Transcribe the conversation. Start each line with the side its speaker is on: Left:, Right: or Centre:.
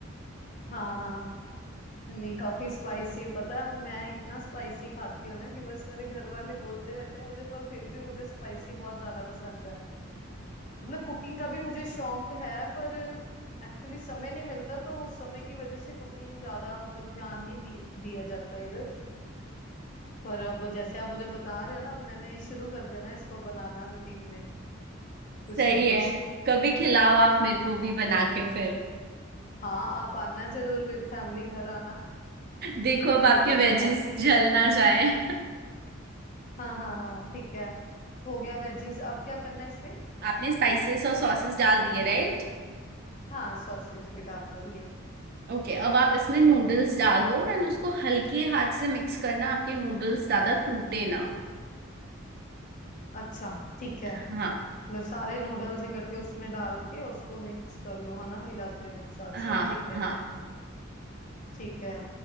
Left: हाँ हाँ नहीं काफी स्पाइसी पता है मैं इतना स्पाइसी खाती हूँ ना कि बस मेरे घर वाले बोलते रहते हैं मुझे पर फिर भी मुझे स्पाइसी बहुत ज्यादा पसंद है मतलब कुकिंग का भी मुझे शौक है पर एक्चुअली समय नहीं मिलता तो उस समय की वजह से कुकिंग ज्यादा मतलब ध्यान नहीं दि, दिया जाता इधर पर अब जैसे आप मुझे बता रहे हो ना अब मैंने शुरू कर देना है इसको बनाना रूटीन में
Right: <laughs> सही
Left: कुछ ना कुछ
Right: है कभी खिलाओ आप मेरे को भी बना के फिर
Left: हाँ आप आना जरूर विद फैमिली घर आना
Right: देखो अब
Left: तो
Right: आपके
Left: इकट्ठे
Right: वेजेस
Left: बैठेंगे
Right: जल
Left: सभी
Right: ना
Left: है ना
Right: जाए
Left: हाँ हाँ हाँ ठीक है हो गया वेजीज अब क्या करना है इसमें
Right: आपने स्पाइसेस और सॉसेस डाल दिए राइट
Left: हाँ सॉसेस भी डाल दिए
Right: ओके अब आप इसमें नूडल्स डाल दो एंड उसको हल्के हाथ से मिक्स करना आपके नूडल्स ज्यादा टूटे ना
Left: अच्छा ठीक है
Right: हाँ
Left: लो सारे नूडल्स इकट्ठे उसमें डाल के उसको मिक्स कर लूँ है ना हिलाते रहूँ साथ
Right: हाँ
Left: साथ ठीक है
Right: हाँ
Left: ठीक है